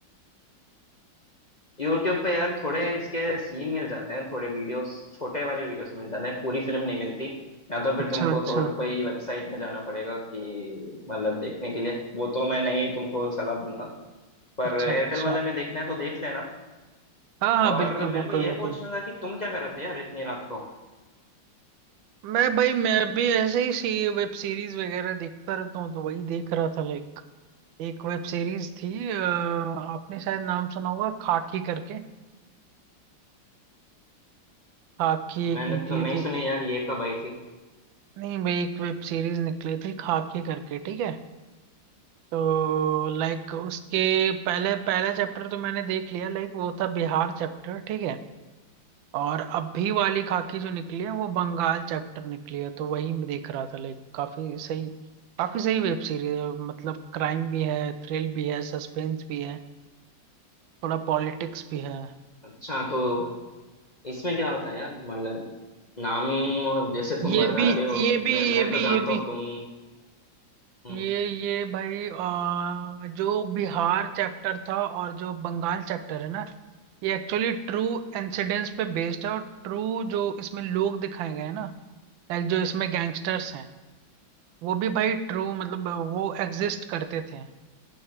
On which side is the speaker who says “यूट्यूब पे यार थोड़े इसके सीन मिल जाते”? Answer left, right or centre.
Left